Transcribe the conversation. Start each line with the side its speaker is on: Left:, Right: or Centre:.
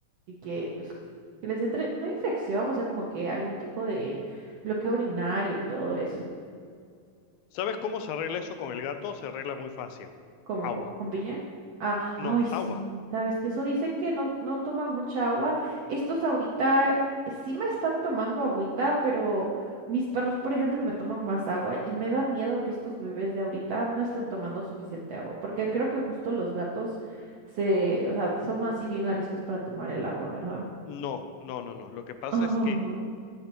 Right: y que pues que les entre, no infección, o sea, como que algún tipo de bloqueo urinario y todo eso.
Left: ¿Sabes cómo se arregla eso con el gato? Se arregla muy fácil.
Right: como
Left: Agua.
Right: como con piña. Ah,
Left: No,
Right: ay, sí,
Left: agua.
Right: sabes que eso dicen que no, no toman mucha agua. Estos ahorita sí me están tomando agüita, pero mis perros, por ejemplo, me toman más agua y me da miedo que estos bebés de ahorita no estén tomando suficiente agua, porque creo que justo los gatos se, o sea, son así bien ariscos para tomar el agua, ¿verdad? <laughs>
Left: No, no, no, no. Lo que pasa
Right: Oh,
Left: es que